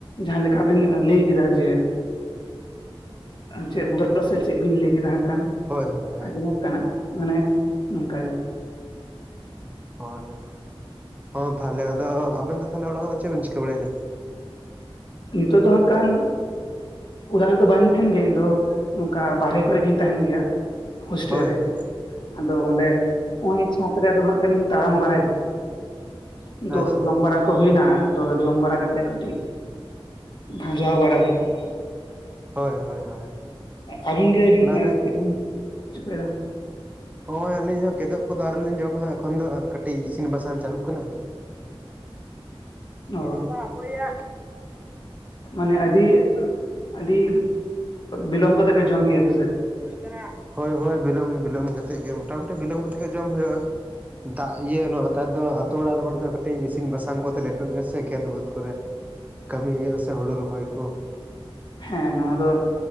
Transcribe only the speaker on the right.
ᱦᱳᱭ ᱦᱳᱭ᱾ ᱦᱳᱭ
ᱦᱳᱭ ᱦᱚᱸ ᱛᱟᱦᱚᱞᱮ ᱟᱫᱚ ᱟᱵᱮᱱ ᱫᱚ ᱛᱟᱦᱚᱞᱮ ᱚᱲᱟᱜ ᱨᱮᱫᱚ ᱪᱮᱫ ᱵᱮᱱ ᱪᱤᱠᱟᱹ ᱵᱟᱲᱟᱭᱮᱫᱟ?
ᱦᱳᱭ
ᱦᱳᱭ
ᱟᱪᱪᱷᱟ
ᱦᱳᱭ ᱦᱳᱭ ᱦᱳᱭ,
ᱚᱱᱟᱫᱚ
ᱦᱳᱭ ᱟᱹᱞᱤᱧ ᱦᱚᱸ ᱠᱮᱫᱚᱜ ᱠᱚᱫᱚ ᱟᱣᱨᱤ ᱞᱤᱧ ᱡᱚᱢᱟ ᱮᱠᱷᱚᱱ ᱫᱚ ᱠᱟᱹᱴᱤᱡ ᱤᱥᱤᱱ ᱵᱟᱥᱟᱝ ᱪᱟᱹᱞᱩᱜ ᱠᱟᱱᱟ᱾
ᱮᱰᱮᱯᱟ ᱦᱟᱯᱚᱣᱭᱟ᱾
<unintelligible> ᱦᱳᱭ ᱦᱳᱭ ᱵᱤᱞᱚᱢ ᱵᱤᱞᱚᱢ ᱠᱟᱛᱮ ᱜᱮ ᱢᱳᱚᱴᱟᱢᱩᱴᱤ ᱵᱤᱞᱚᱢ ᱠᱟᱛᱮᱫ ᱜᱮ ᱡᱚᱢ ᱦᱩᱭᱩᱜ-ᱟ᱾ ᱫᱟᱜ ᱤᱭᱟᱹ ᱱᱚ ᱱᱮᱛᱟᱨ ᱫᱚ ᱟᱛᱳ ᱚᱲᱟᱜ ᱨᱮᱱ ᱦᱚᱲ ᱫᱚ ᱠᱟᱹᱴᱤᱡ ᱤᱥᱤᱱ ᱵᱟᱥᱟᱝ ᱠᱚᱛᱮ ᱞᱮᱴᱚᱜ ᱜᱮᱭᱟ ᱥᱮ ᱠᱷᱮᱛ ᱵᱟᱹᱫᱽ ᱠᱚᱨᱮ᱾ ᱠᱟᱹᱢᱤ ᱦᱩᱭᱩᱜ-ᱟ ᱥᱮ ᱦᱳᱲᱳ ᱨᱚᱦᱚᱭ ᱠᱚ,